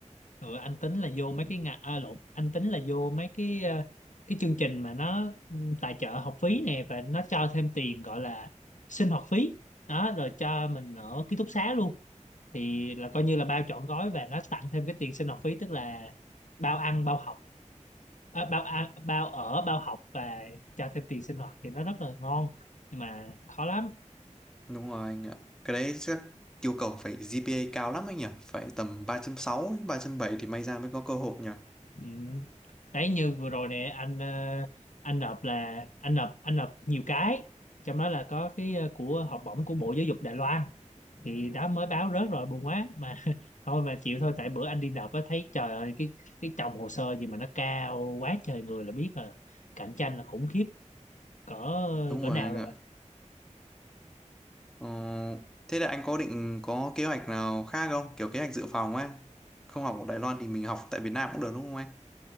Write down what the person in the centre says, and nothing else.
Đúng rồi anh ạ. Cái đấy chắc yêu cầu phải GPA cao lắm anh nhỉ. Phải tầm ba chấm sáu ba chấm bảy thì may ra mới có cơ hội nhỉ.
Đúng
rồi
anh
ạ. Ờ, thế là anh có định có kế hoạch nào khác không? Kiểu kế hoạch dự phòng ấy. Không học ở Đài Loan thì mình học tại Việt Nam cũng được đúng không anh?